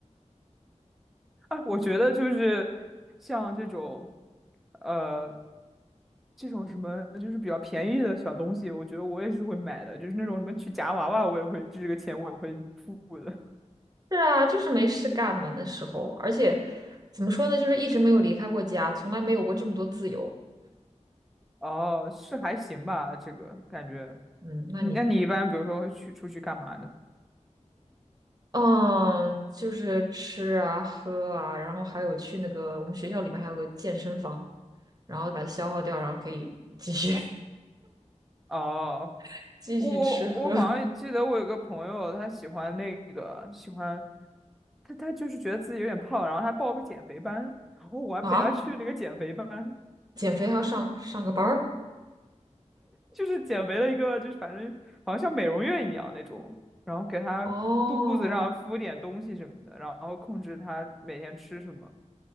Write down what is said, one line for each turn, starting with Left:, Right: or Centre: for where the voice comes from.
Centre: 哎，我觉得就是像这种，呃，这种什么就是比较便宜的小东西，我觉得我也是会买的，就是那种什么去夹娃娃，我也会，这个钱我也会付的。
Right: 是啊，就是没事干嘛那时候，而且怎么说呢，就是一直没有离开过家，从来没有过这么多自由。
Centre: 哦，是还行吧，这个感觉。
Right: 嗯，那你
Centre: 你那你一般比如说会去出去干嘛呢？
Right: 嗯，就是吃啊喝啊，然后还有去那个我们学校里面还有个健身房，然后把它消耗掉，然后可以继续
Centre: 哦，
Right: <laughs> 继续吃喝
Centre: 我我我好像记得我有个朋友，他喜欢那个喜欢，他他就是觉得自己有点胖，然后他报个减肥班，然后我还陪他去那个减肥班。
Right: <laughs> 啊。减肥还要上上个班儿
Centre: 就是减肥的一个，就是反正好像像美容院一样那种，然后给他肚子上敷点东西什么的，
Right: 哦，
Centre: 然后控制他每天吃什么。